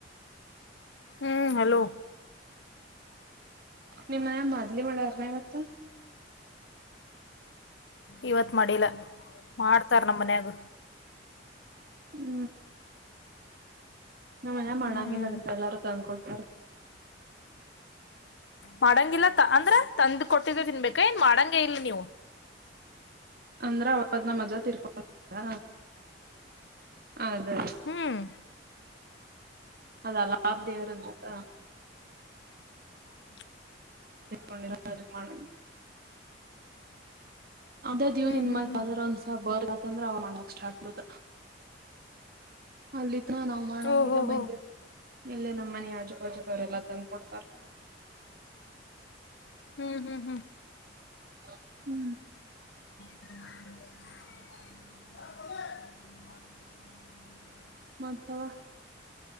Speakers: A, on the left (about 65°); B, on the right (about 55°).
A: ಹೂ ಹಲೋ
B: ನಿಮ್ಮ ಮನೆಲ್ಲಿ ಮಾಡ್ಲಿ ಮಾಡಾರನವತ್ತ
A: ಇವತ್ ಮಾಡಿಲ್ಲ ಮಾಡ್ತಾರ ನಮ್ಮ ಮನ್ಯಾಗ
B: ಹೂ ನಮ್ ಮನೆಗ ಮಾಡಂಗಿಲ್ಲದಪ್ಪ
A: ಹ್ಮ್
B: ಎಲ್ಲಾರೂ ತಂದ್ಕೊಂಡ ಹಾ
A: ಮಾಡಂಗಿಲ್ಲ ಅಂದ್ರ ತಂದ ಕೊಟ್ಟಿದೆ ತಿನ್ಬೇಕ ಏನ್ ಮಾಡಂಗೆ ಇಲ್ ನೀವು
B: ಅಂದ್ರ ಅವಾಗ್ ನಾಮ್ ಅಜ್ಜ ತಿರ್ಕೊಂಡ್ರ ಅದೇ
A: ಹ್ಮ್
B: ಅದ ಲಾ ದೇವರದ್ದ
A: ಹೂ
B: ೊಂಡ ಮಾಡ ಅದ ದಿವ್ನ್ದ್ರ
A: ಹ್ಮ್ ಹ್ಮ್ ಹ್ಮ್
B: ಒಂದ್ಸ ಬರ್ತ್ಂದ್ರ ಅವ ಮಾಡಕ್ ಸ್ಟಾರ್ಟ್ ಬದ ಅಲ್ಲಿತ್ರ ನಾವ್ ಮಾಡಂಗಿಲ್ಲ
A: ಓಹೋ
B: ಮಂಜ
A: ಹೋ
B: ಇಲ್ಲೇ ನಮ್ಮನಿ ಯಾಜು ಬಾಜು ಬರಲ್ಲ ತಂದ್ಕೊಂಡ ಬರ್
A: ಹೂ ಹೂ ಹೂ
B: ಹೂ ಹೂ
A: ಹೂ
B: ಮತ್ತಾವ